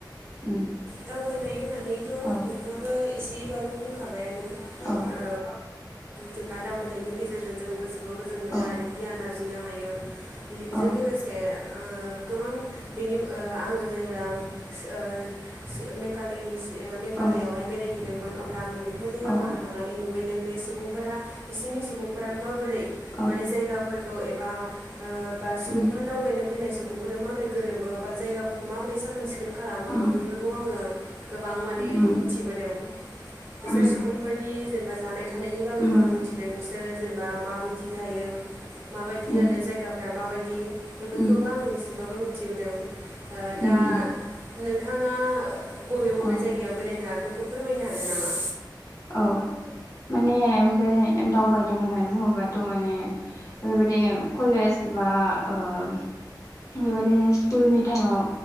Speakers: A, on the left; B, on the right.
A: उम
B: दावबायनाय होननानैथ' नोंथाङाबो
A: औ
B: एसे एसेबाबो बुंखाबायानो
A: <inaudible>
B: ओ जेनेबा दावबायनायनि गेजेरजों जों गोसोखौ गोजोन मोनो
A: औ
B: आरो गियान आरजिनो हायो। टेलिभिजों
A: औ
B: लोगोसे ओ गोबां बेनि ओ आङो जेब्ला ओ मेघालयनि मेघालयआवहाय
A: औ
B: बेरायहैदोंमोन अब्ला आङो बेफोर जायगाफोराव
A: औ
B: थांनानै नुहैदों बे सुबुंफोरा बिसोरनि सुबुंफोरा माबोरै
A: औ
B: माने जायगाफोरखौ एबा बा सुबुंफोरा
A: उम
B: दावबायनो फैनाय सुबुं सोरो <unintelligible> माब्रै गोरोबो बा जायगा फोरखौ माबोरै साखोन सिखोन खालामो
A: उम
B: बेफोरखौ आङो गोबां माने
A: उम
B: मिथिबोदों बिसोर
A: उम
B: सुबुंफोरनि जेनेबा जानाय थानायनि बागैबो
A: उम
B: आं मिथिदों बिसोरो जेनेबा माबायदि जायो। माबायदि
A: उम
B: आरो जायगाफ्रा माबायदि
A: उम
B: बेफोरखौबो आं एसेबाबो मिथिबोदों
A: उम
B: दा
A: उम
B: नोंथाङा बबे बबे
A: औ
B: जायगायाव बेरायनो हाखो फोरमायनो हागोन नामा?
A: औ माने बेराय दावबायदों होननानै बुङोबाथ' माने बेबायदिनो कलेज बा दा ओ बेबायदिनो स्कुलनि टाइमाव